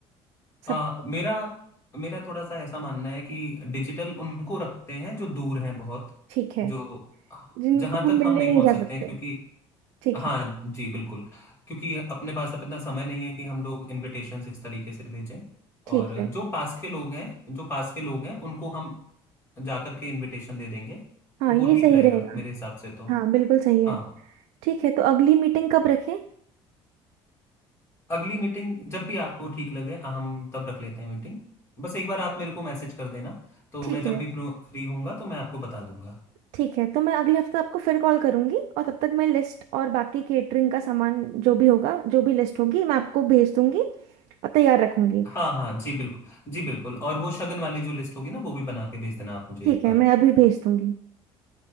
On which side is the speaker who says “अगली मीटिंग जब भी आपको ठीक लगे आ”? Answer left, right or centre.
Left